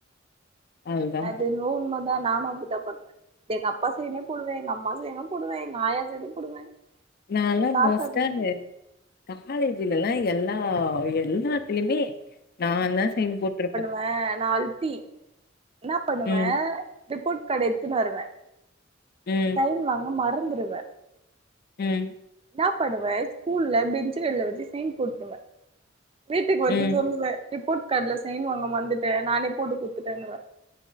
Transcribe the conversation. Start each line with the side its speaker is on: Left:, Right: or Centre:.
Left: அதுதா
Right: அது என்னவோ உண்மதா நானு அப்டிதா பண்ணுவே எங்க அப்பா சைனு போடுவே எங்க அம்மா சைனு போடுவே எங்க ஆயா சைனு போடுவே
Left: நாலா
Right: எங்க தாத்தா
Left: மோஸ்டா
Right: சைடு
Left: எங்க காலேஜுலலா எல்லா எல்லாத்துலயுமே நாந்தா சைன் போட்ருப்பே
Right: ஆ நா அள்ட்டி என்னா பண்ணுவே
Left: ம்
Right: ரிப்போர்ட் கார்டு எட்த்துன்னு வருவே
Left: ம்
Right: சைன் வாங்க மறந்துருவே
Left: ம்
Right: இன்னா பண்ணுவே ஸ்கூல்ல பெஞ்சு வெள்ல வச்சு சைன் போட்ருவே வீட்டுக்கு வந்து
Left: ம்
Right: சொல்லுவே ரிப்போர்ட் கார்டுல சைன் வாங்க மறந்துட்டே நானே போட்டு குட்த்துட்டேன்னுவே